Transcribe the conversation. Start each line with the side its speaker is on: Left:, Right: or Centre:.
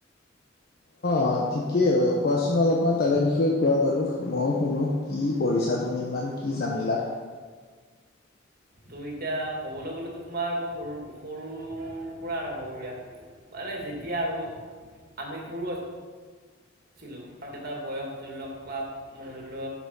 Left: অ', ঠিকেই কোৱাছোন অলপমান তাৰে বিষয়ে কোৱা বাৰু ময়ো শুনো কি পঢ়িছা তুমি ইমান। কি জানিলা?
Right: ত' এতিয়া ক'বলৈ গ'লেতো তোমাৰ মই সৰু সৰুৰ পৰা আৰম্ভ কৰোঁ এ মানে যেতিয়া আৰু আমি সৰু আছোঁ ছিলো কাৰণ বয়স ধৰি লওক ক্লাছ মানে ধৰি ল